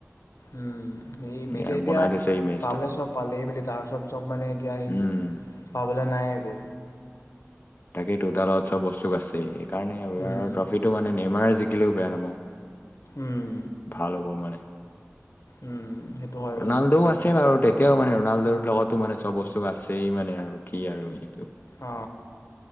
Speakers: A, on the left (about 80°); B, on the left (about 40°).
A: উম সি মেচি
B: আৰু
A: এতিয়া
B: বনাই থৈছে এই মেচটো
A: পালে চব পালেই বুলি তাৰপিছত চব মানে এতিয়া সি
B: উম
A: পাবলে নাই একো।
B: তাকেই টো তাৰ লগত চব বস্তু আছেই। স কাৰণে এবাৰৰ
A: উম
B: ট্ৰফিটো মানে নেমাৰ জিকিলেও বেয়া নাপাওঁ।
A: উম
B: ভাল হ'ব মানে?
A: উম সেইটো হয় বাৰু
B: ৰনাল্ডোও আছে বাৰু দে এতিয়াও মানে ৰনাল্ডৰ লগতো মানে চব বস্তু আছেই মানে আৰু কি আৰু এইটো।
A: অ,